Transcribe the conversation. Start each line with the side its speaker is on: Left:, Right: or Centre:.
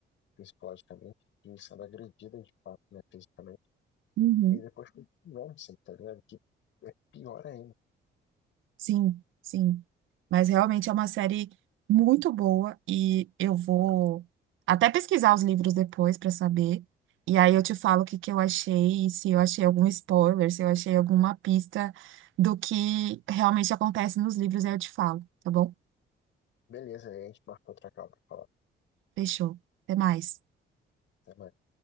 Left: psicologicamente e sendo agredida de fato, né? Fisicamente.
Right: Uhum.
Left: E depois com o Ramsay, tá ligado? Que é pior ainda.
Right: Sim, sim. Mas realmente é uma série muito boa e eu vou até pesquisar os livros depois para saber. E aí eu te falo o que que eu achei, e se eu achei algum spoiler, se eu achei alguma pista do que realmente acontece nos livros, aí eu te falo, tá bom?
Left: Beleza, aí a gente marcou outra call pra falar.
Right: Fechou. Até mais.
Left: Até mais.